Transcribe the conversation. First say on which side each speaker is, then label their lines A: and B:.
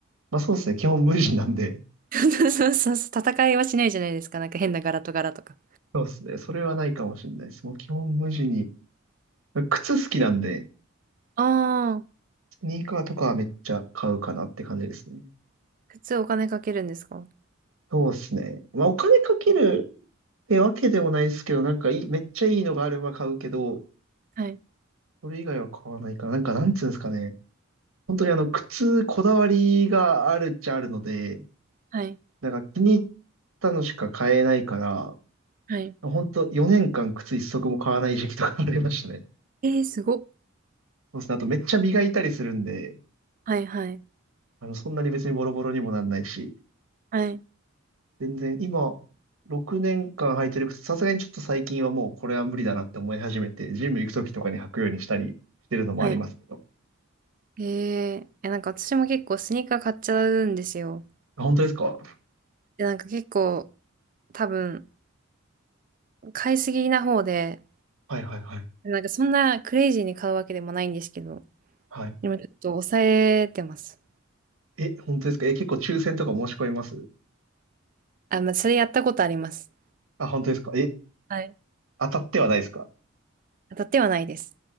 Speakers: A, on the right; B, on the right.
A: まあそうですね。基本無地なんで。
B: <laughs> そうそうそう、戦いはしないじゃないですか。なんか変な柄と柄とか。
A: そうですね。それはないかもしれないです。もう基本無地に。靴好きなんで、
B: ああ、
A: スニーカーとかはめっちゃ買うかなって感じですね。
B: 靴お金かけるんですか
A: そうですね。まあ、お金かけるってわけでもないですけど、なんかいい、めっちゃいいのがあれば買うけど、
B: はい、
A: それ以外は買わないかななんか、なんつうんですかね。本当にあの、靴、こだわりがあるっちゃあるので、
B: はい、
A: なんか気に入ったのしか買えないから、
B: はい。
A: 本当4年間靴一足も買わない時期とかありましたね。
B: えー、すごっ。
A: そうですね。あとめっちゃ磨いたりするんで、
B: はい、はい、
A: あの、そんなに別にボロボロにもなんないし、
B: はい、
A: 全然、今、6年間履いてる靴、さすがにちょっと最近はもうこれは無理だなって思い始めて、ジム行くときとかに履くようにしたりしてるのもありますけど。
B: はい。ええいやなんか私も結構スニーカー買っちゃうんですよ。
A: あ、本当ですか
B: で、なんか結構多分買いすぎな方で、
A: はいはいはい。
B: なんかそんなクレイジーに買うわけでもないんですけど、
A: はい。
B: でもちょっと抑えてます。
A: え、本当ですかえ、結構抽選とか申し込みます
B: あ、まあ、それやったことあります。
A: あ、本当ですかえ、
B: はい。
A: 当たってはないですか
B: 当たってはないです。